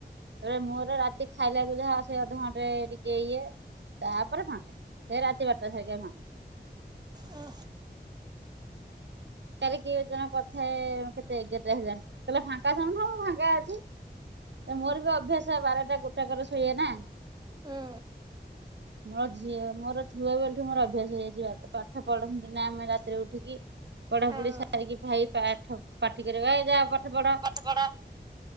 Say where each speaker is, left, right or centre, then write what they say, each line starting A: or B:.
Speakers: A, on the right; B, on the right.
A: ପରେ ମୋର ରାତି। ରାତି ଖାଇଲା ପି ଲା ସେ ଅଧଘଣ୍ଟେ ଟିକେ ଇଏ। ତାପରେ ଫାଙ୍କା ସେ ରାତି ବାରଟା ସରିକା ଫାଙ୍କା।
B: ଆ
A: କାର କି ଜଣ କଥାଏ କେତେ ଏଗାରଟା ହେଲାଣି କହିଲଲେ ଫାଙ୍କା ଶ <unintelligible> ଣୁନ ଫାଙ୍କା ଅଛି ମୋର ବି ଅଭ୍ୟାସ ବାରଟା ଗୋଟାକର ଶୋଏନା।
B: ହଁ
A: ମୋର ଝିଅ ମୋର ଛୁଆ ବେଲାଠୁ ମୋର ଅଭ୍ୟାସ ହେଇଛି ପାଠ ପଢନ୍ତି ନା ଆମେ ରାତିରେ ଉଠିକି। ପଢ଼ାପଢ଼ି
B: ହଁ
A: ସାରିକି ଭାଇ ପାଠ ପାଟି କରିବ ଏ ଯାଆ ପାଠ ପଢ଼।
B: ପାଠପଢ଼ା।